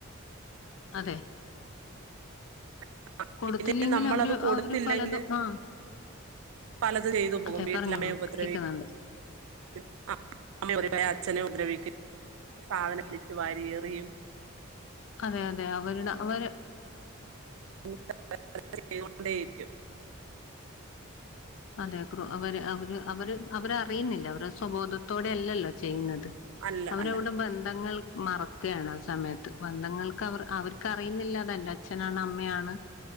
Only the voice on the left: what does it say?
അതെ
കൊടുത്തില്ലെങ്കിൽ
അവര്
അവര് പലതും ആ
അതെ
പറഞ്ഞോളൂ
കേക്കുന്നുണ്ട്
അതെ അതെ അവരുടെ അവര്
അതെ ക്രൂ അവര് അവര് അവര് അവര അറിയുന്നില്ല അവരു സ്വബോധത്തോടെയല്ലല്ലാ ചെയ്യുന്നത്
അവരവിട
ബന്ധങ്ങൽ - മറക്കയാണ് ആ സമയത്ത് ബന്ധങ്ങൾക്ക് അവർ അവർക്കറിയുന്നില്ല അതെന്റ അച്ഛനാണ് അമ്മയാണ്